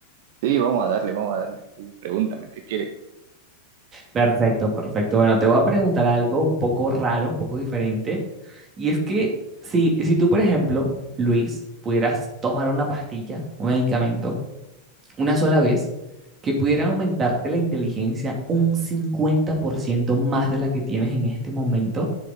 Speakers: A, on the right; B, on the right.
A: Sí, vamos a darle, vamos a darle. Tú Pregúntame, ¿qué quieres?
B: Perfecto, perfecto. Bueno, te voy a preguntar algo un poco raro, un poco diferente. Y es que si, si tú, por ejemplo, Luis, pudieras tomar una pastilla, un medicamento, una sola vez, que pudiera aumentarte la inteligencia un 50% más de la que tienes en este momento,